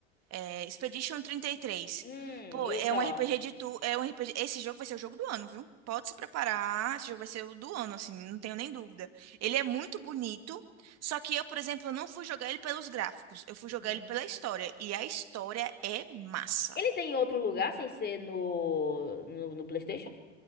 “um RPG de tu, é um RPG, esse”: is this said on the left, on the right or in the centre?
Right